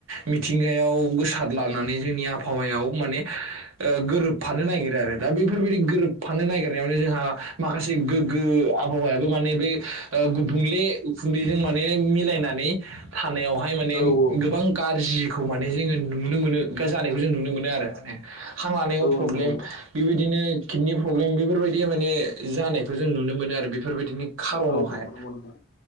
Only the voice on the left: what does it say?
औ औ
औ
नंगौ नंगौ
औ नंगौ नंगौ नोंथां